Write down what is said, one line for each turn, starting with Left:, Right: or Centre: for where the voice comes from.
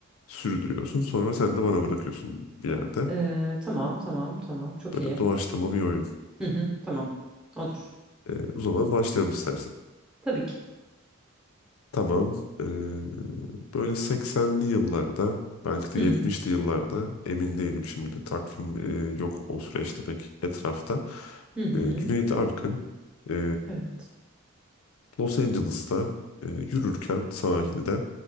Left: sürdürüyorsun. Sonra sen de bana bırakıyorsun bir yerde.
Centre: Ee, tamam, tamam, tamam. Çok
Left: Böyle
Centre: iyi.
Left: doğaçlama bir oyun.
Centre: Hı hı, tamam. Olur.
Left: E, o zaman başlayalım istersen.
Centre: Tabii ki.
Left: Tamam. Ee, böyle 80'li yıllarda belki
Centre: Hı
Left: de 70'li
Centre: hı,
Left: yıllarda emin değilim şimdi takvim e, yok o süreçte pek etrafta.
Centre: hı hı.
Left: Ee, Cüneyt Arkın e,
Centre: Evet.
Left: Los Angeles'ta e, yürürken sahilde